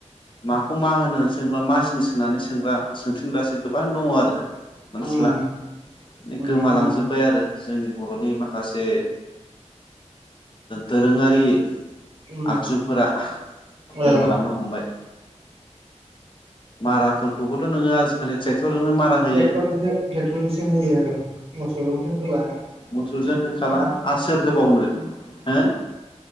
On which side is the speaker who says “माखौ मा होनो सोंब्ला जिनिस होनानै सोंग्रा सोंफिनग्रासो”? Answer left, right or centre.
Left